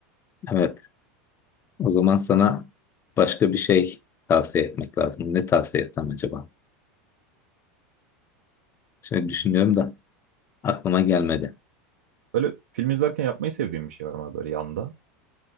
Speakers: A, on the left; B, on the right.
A: Evet. O zaman sana başka bir şey tavsiye etmek lazım. Ne tavsiye etsem acaba? Şöyle düşünüyorum
B: Hmm.
A: da aklıma gelmedi.
B: Böyle film izlerken yapmayı sevdiğim bir şey var ama böyle yanda.